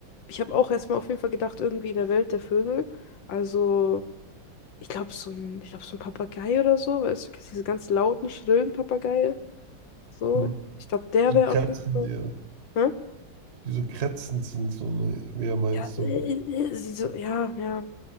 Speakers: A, on the left; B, on the right.
A: ich habe auch erstmal auf jeden Fall gedacht, irgendwie in der Welt der Vögel. Also, ich glaube, so ein, ich glaube, so ein Papagei oder so, weißt du, kennst du diese ganz lauten, schrillen Papageien. So,
B: Mhm.
A: ich glaube, der
B: Die so
A: wäre
B: kratzen
A: auf jeden Fall.
B: eher.
A: Hä?
B: Die so kratzend sind, so, ne, wer meinst
A: Ja, äh,
B: du?
A: äh, sie so, ja, ja.